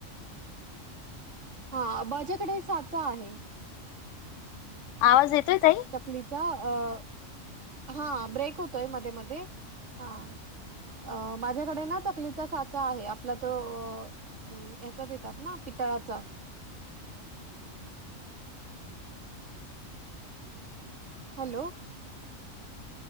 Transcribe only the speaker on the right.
हा माझ्याकडे साचा आहे.
चकलीच अ हा ब्रेक होतोय मध्ये मध्ये ह अ माझ्याकडे ना चकलीचा साचा आहे आपला तो हम्म हचा येतात ना पितळाचा. हॅलो.